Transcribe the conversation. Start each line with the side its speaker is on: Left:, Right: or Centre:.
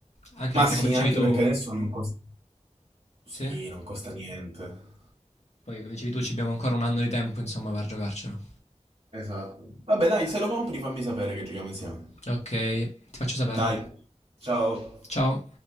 Left: Anche
Right: Ma
Left: perché,
Right: sì,
Left: come dicevi
Right: anche
Left: tu,
Right: perché adesso non costa... Sì,
Left: sì?
Right: non costa niente.
Left: Poi, come dicevi tu, ci abbiamo ancora un anno di tempo, insomma, per giocarcelo.
Right: Esatto. Vabbè, dai, se lo compri fammi sapere che giochiamo insieme.
Left: Ok, ti faccio sapere.
Right: Dai, ciao.
Left: Ciao.